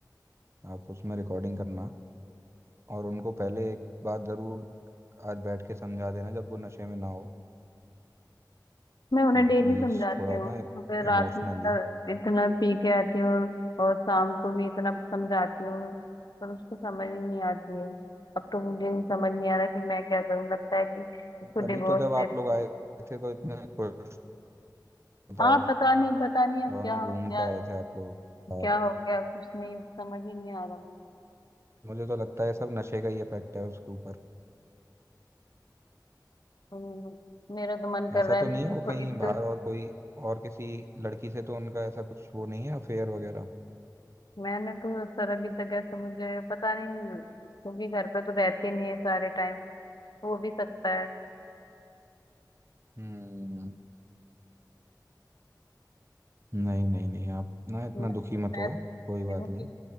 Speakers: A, on the right (about 35°); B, on the left (about 70°).
A: आप उसमें रिकॉर्डिंग करना और उनको पहले एक बात ज़रूर आज बैठ के समझा देना जब वो नशे में ना हो
B: मैं उन्हें
A: कि
B: डेली
A: प्लीज़
B: समझाती
A: थोड़ा
B: हूँ
A: ना
B: फिर रात
A: इमोशनली
B: में इतना इतना पी के आती हूँ और, और शाम को भी इतना समझाती हूँ पर उसको समझ ही नहीं आती है अब तो मुझे ही समझ नहीं आ रहा कि मैं क्या करूँ लगता है कि इसको डिवोर्स
A: अभी तो जब आप
B: दे
A: लोग आए थे तो इतने खुश बताओ
B: हाँ पता नहीं पता नहीं अब
A: दोनों
B: क्या हो
A: घूम
B: गया
A: के आए थे आप लोग बाहर
B: क्या हो गया कुछ नहीं समझ ही नहीं आ रहा मुझे
A: मुझे तो लगता है सब नशे का ही इफेक्ट है उसके ऊपर
B: तो मेरा तो मन कर
A: ऐसा
B: रहा
A: तो
B: है इसको
A: नहीं है वो कहीं
B: इसको
A: बाहर और कोई और किसी लड़की से तो उनका ऐसा कुछ वो नहीं है अफेयर वगैरह
B: मैंने तो सर अभी तक ऐसा मुझे पता नहीं क्योंकि घर पे तो रहते नहीं है सारे टाइम तो हो भी सकता है
A: हम्म नहीं नहीं नहीं आप ना इतना
B: मैं मैं
A: दुखी
B: सोच
A: मत हो कोई बात
B: रही हूँ
A: नहीं
B: कि